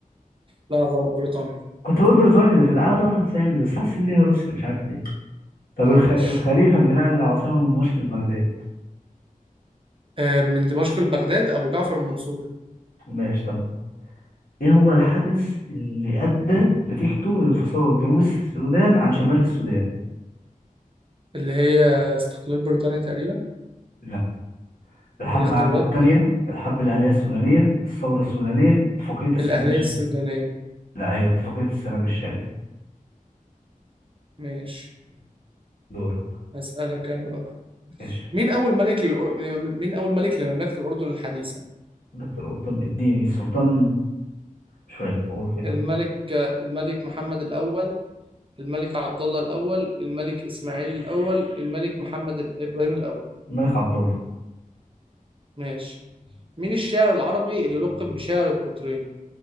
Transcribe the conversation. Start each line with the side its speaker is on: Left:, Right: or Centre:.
Right: لا غلط بريطانيا
Left: كنت هقول بريطانيا كنت عارف طرف لساني بس حاسس ان هي روسيا مش عارف ليه طب
Right: معلش
Left: الخ... الخليفة اللي نقل العاصمة من دمشق لبغداد
Right: آه، من دمشق لبغداد أبو جعفر المنصور
Left: ماشي طب ايه هو الحدث اللي ادى نتيجته لانفصال جنوب السودان عن شمال السودان
Right: اللي هي استقلال بريطانيا تقريبا
Left: لا الحرب
Right: اديني اختيارات
Left: العالميه الثانيه الحرب الاهليه السودانيه الثوره السودانيه اتفاقيه السلام
Right: الأهلية
Left: الشامل
Right: السودانية
Left: لا هي اتفاقيه السلام الشامل
Right: ماشي
Left: دورك
Right: هسألك أنا بقى
Left: ماشي
Right: مين أول ملك للأر... مين أول ملك لمملكة الأردن الحديثة
Left: دكتور أردن اديني السلطان مش فاكر اقول كده
Right: الملك الملك محمد الأول الملك عبد الله الأول الملك إسماعيل الأول الملك محمد ال- إبراهيم الأول
Left: الملك عبد الله
Right: ماشي مين الشاعر العربي اللي لقب بشاعر القطرين